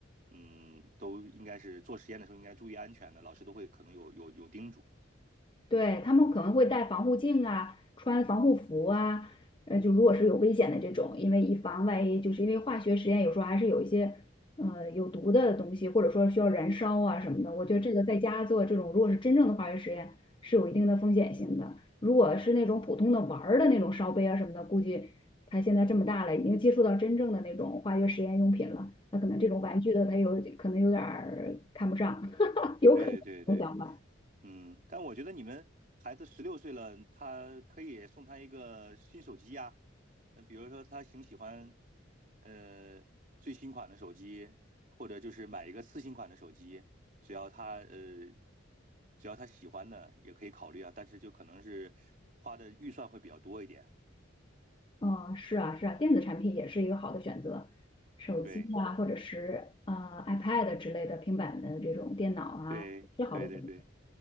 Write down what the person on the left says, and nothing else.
对，他们可能会戴防护镜啊，穿防护服啊，呃，就如果是有危险的这种，因为以防万一，就是因为化学实验有时候还是有一些呃有毒的东西，或者说需要燃烧啊什么的。我觉得这个在家做这种，
如果是真正的化学实验，是有一定的风险性的。如果是那种普通的玩儿的那种烧杯啊什么的，
估计他现在这么大了，已经接触到真正的那种化学实验用品了，他可能这种玩具的他有可能有点儿看不上，
<laughs> 有可能有想法。
嗯，是啊，是啊，电子产品也是一个好的选择，手机啊，
或者是呃 iPad 之类的平板的这种电脑啊，
是好的选择。